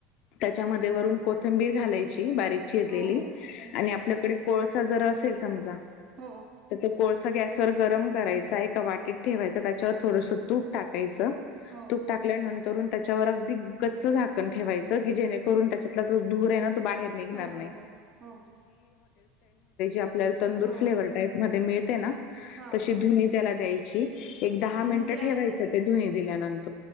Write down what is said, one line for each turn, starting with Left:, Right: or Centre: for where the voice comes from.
Left: त्या च्या मध्ये वरून कोथंबीर घालायची बारीक चिरलेली.
Right: हो हो हम्म
Left: आणि आपल्या कडे कोळसा जर असेल समजा.
Right: हो
Left: तर तो कोळसा गॅस वर गरम करायचा. एका वाटीत ठेवायचा. त्याच्यावर थोडसं तूप टाक टाकायच.
Right: हो
Left: तूप टाकल्यानंतर. त्याच्यावर. अगदी गच्च झाकण ठेवायचं. की जेणेकरून त्याच्यातला जो धूर हायना तो. तो बाहेर निघणार
Right: हो हो
Left: नाहीं.
Right: हो हो
Left: आपल्याला तंदूर
Right: हो
Left: फ्लेवर टाईप मध्ये मिळते ना.
Right: हा
Left: तशी
Right: हा
Left: धुनी त्याला द्यायची. एक दहा मिनिटं
Right: म्हणजे आ-
Left: ठेवायचं ते धुनी दिल्यानंतर.